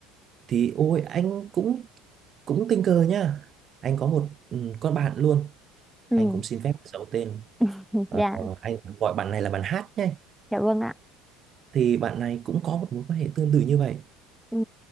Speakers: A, on the right; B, in the centre.
A: thì ôi anh cũng cũng tình cờ nhá anh có một ừ, con bạn luôn
B: ừ
A: anh cũng xin phép giấu tên
B: <laughs>
A: Ờ,
B: dạ
A: ờ, anh gọi bạn này là bạn Hát nhé
B: dạ vâng ạ
A: thì bạn này cũng có một mối quan hệ tương tự như vậy
B: ừ